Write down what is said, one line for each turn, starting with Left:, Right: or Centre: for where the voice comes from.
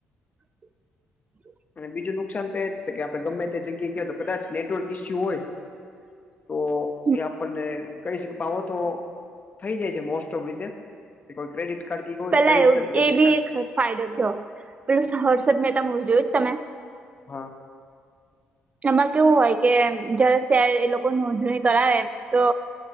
Right: <inaudible>
Left: અને બીજું નુકસાન તો એ જ કે આપે ગમે તે જગ્યાએ ગયા તો કદાચ નેટવર્ક ઇસ્યુ હોય.
Right: <inaudible>
Left: તો એ આપણને કહી શકેો તો થઈ જાય છે મોસ્ટ ઓફ રીતે. કે કોઈ ક્રેડિટ કાર્ડ કો હોય
Right: પેલા
Left: તો ક્રેડિટ
Right: એવું
Left: કાર્ કે ડેબિટ
Right: એ બી
Left: કાડ.
Right: એક ફાયદો થયો પેલ હર્ષદ મહેતા મવી જોયું તમે.
Left: હા.
Right: એમાં કેવું હોય કે જયારે શર એ લોકો નોંધણી કરાવે. તો